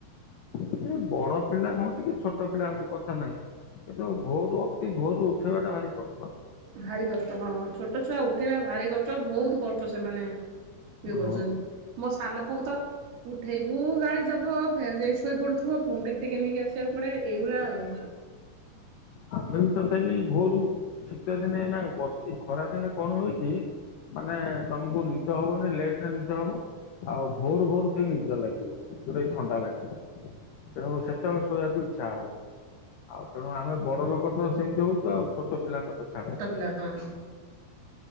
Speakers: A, on the left; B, on the right.
A: ସେ ବଡ଼ ପିଲା ମ ଟିକେ ଛୋଟ ପିଲା ହୁଁ କଥା ନାହିଁ କିନ୍ତୁ ଭୋରୁ ଅତି ଭୋରୁ ଉଠେଇବାଟା ଭାରି କଷ୍ଟ,
B: ଭାରି କଷ୍ଟ ହଁ ଛୋଟ ଛୁଆ ଉଠିବା ଭାରି କଷ୍ଟ ବହୁତ୍ କଷ୍ଟ ସେମାନେ, ଏ କରୁଛନ୍ତି
A: ହଁ।
B: ମୋ ସାନ ପୁଅକୁ ତ ଉଠେଇବୁ ଗାଳି ଦବୁ, ଖାଲି ଯାଇ ଶୋଇ ପଡ଼ୁଥିବ ପୁଣି ଟେକି-ଟେକି ନେଇକି ଆସିବାକୁ ପଡ଼ିବ ଏଇଭଳିଆ ଆଉ,
A: ଆମେ ବି ତଥାପି ଭୋରୁ ଶୀତ ଦିନେ ନା ବର୍ଷି ଏ ଖରା ଦିନେ କଣ ହୁଏ କି, ମାନେ ତମକୁ ନିଦ ହବନି ଲେଟରେ ନିଦ ହବ ଆଉ ଭୋର-ଭୋର ସେଠିକ ନିଦ ଲାଗିବ, ଯୋଉଟା କି ଥଣ୍ଡା ବାଗେ ତେଣୁ ସେତେବେଳେ ଶୋଇବାକୁ ଇଚ୍ଛା ହବ ଆଉ ତେଣୁ ଆମେ, ବଡ଼ ଲୋକ ତ ସେମିତି ହଉଛି ଆଉ ଛୋଟ ପିଲାଙ୍କ ତ ଛାଡ଼,
B: ଲା ହଁ,